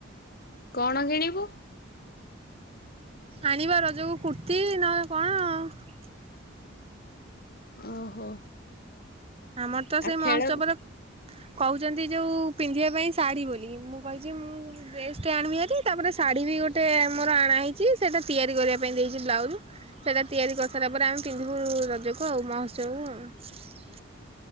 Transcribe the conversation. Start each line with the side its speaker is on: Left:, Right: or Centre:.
Left: କଣ କିଣିବୁ।
Right: ଆଣିବା ରଜକୁ କୁର୍ତ୍ତିୀ ନହେଲେ କଣ
Left: ଓହୋ।
Right: ଆମର ତ
Left: ଆଉ
Right: ସେଇ ମହୋତ୍ସବର
Left: ଖେଳ
Right: କହୁଛନ୍ତି ଯଉ ପିନ୍ଧିବା ପାଇଁ ଶାଢ଼ୀ ବୋଲି ମୁଁ କହିଛି ମୁଁ ଡ୍ରେସଟେ ଆଣିବି ହେରି ତାପରେ ଶାଢ଼ୀ ବି ଗୋଟେ ମୋର ଆଣହଇଛି ସେଇଟା ତିଆରି କରିବା ପାଇଁ ଦେଇଛି ବ୍ଲାଉଜ୍ ସେଇଟା ତିଆରି କରିସାରିଲା ପରେ ଆମେ ପିନ୍ଧିବୁ-ବୁ-ଵୁ ରଜକୁ ଆଉ ମହୋତ୍ସବ କୁ ଆଉ।